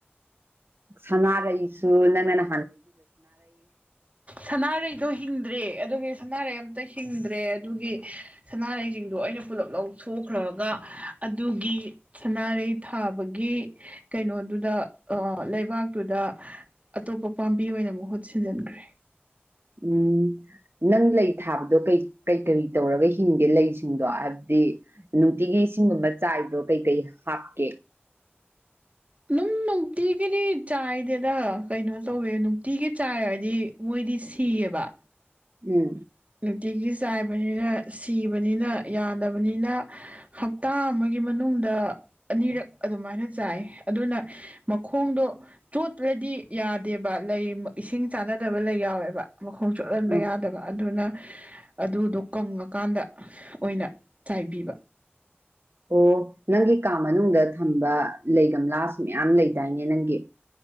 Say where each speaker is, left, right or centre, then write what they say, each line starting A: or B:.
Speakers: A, on the right (about 70°); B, on the right (about 35°).
A: ꯁꯉꯔꯩꯁꯨ ꯅꯪꯅꯅ
B: ꯁꯅꯥꯔꯩꯗꯣ ꯍꯤꯡꯗ꯭ꯔꯦ ꯑꯗꯨꯒꯤ ꯁꯅꯥꯔꯩ ꯑꯝꯇ ꯍꯤꯡꯗ꯭ꯔꯦ ꯑꯗꯨꯒꯤ ꯁꯅꯥꯔꯩꯁꯤꯡꯗꯣ ꯑꯩꯅ ꯄꯨꯂꯞ ꯄꯨꯂꯞ ꯁꯣꯛꯈ꯭ꯔꯒ ꯑꯗꯨꯒꯤ ꯁꯅꯥꯔꯩ ꯊꯥꯕꯒꯤ ꯀꯩꯅꯣꯗꯨꯗ ꯂꯩꯕꯥꯛ ꯇꯨꯗ ꯑꯇꯣꯞꯄ ꯄꯥꯝꯕꯤ ꯑꯣꯏꯅ ꯃꯍꯨꯠ ꯁꯤꯟꯖꯤꯟꯈ꯭ꯔꯦ
A: ꯎꯝ ꯅꯪ ꯂꯩ ꯊꯥꯕꯗꯣ ꯀꯩ ꯀꯩ ꯀꯔꯤ ꯇꯧꯔꯒ ꯍꯤꯡꯒꯦ ꯂꯩꯁꯤꯡꯗꯣ ꯍꯥꯏꯕꯗꯤ ꯅꯨꯡꯇꯤꯒꯤ ꯏꯁꯤꯡꯒꯨꯝꯕ ꯆꯥꯏꯗ꯭ꯔꯣ ꯀꯩꯀꯩ ꯍꯥꯞꯀꯦ <unintelligible>
B: ꯑꯗꯨꯝ ꯅꯨꯡꯇꯤꯒꯤꯗꯤ ꯆꯥꯏꯗꯦꯗ ꯀꯩꯅꯣ ꯇꯧꯋꯦ ꯅꯨꯡꯇꯤꯒꯤ ꯆꯥꯏ ꯍꯥꯏꯗꯤ ꯃꯣꯏꯗꯤ ꯁꯤꯌꯦꯕ ꯕꯥ
A: ꯎꯝ
B: ꯅꯨꯡꯇꯤꯒꯤ ꯆꯥꯏꯕꯅꯤꯅ ꯁꯤꯕꯅꯤꯅ ꯌꯥꯗꯕꯅꯤꯅ ꯍꯞꯇꯥ ꯑꯃꯒꯤ ꯃꯅꯨꯡꯗ ꯑꯅꯤꯔꯛ ꯑꯗꯨꯃꯥꯏꯅ ꯆꯥꯏ ꯑꯗꯨꯅ ꯃꯈꯣꯡꯗꯣ ꯇꯣꯠꯇ꯭ꯔꯗꯤ ꯌꯥꯗꯦꯕ ꯂꯩ ꯏꯁꯤꯡ ꯆꯥꯟꯅꯗꯕ ꯂꯩ ꯌꯥꯎꯋꯦꯕ ꯃꯈꯣꯡ ꯆꯣꯠꯍꯟꯕ
A: ꯎꯝ
B: ꯌꯥꯗꯕ ꯑꯗꯨꯅ ꯑꯗꯨꯗꯣ ꯀꯪꯉꯀꯥꯟꯗ ꯑꯣꯏꯅ ꯆꯥꯏꯕꯤꯕ
A: ꯑꯣ ꯅꯪꯒꯤ ꯀꯥ ꯃꯅꯨꯡꯗ ꯊꯝꯕ ꯂꯩꯒꯝꯂꯥꯁꯥꯁ ꯃꯌꯥꯝ ꯂꯩꯗꯥꯏꯅꯦ ꯅꯪꯒꯤ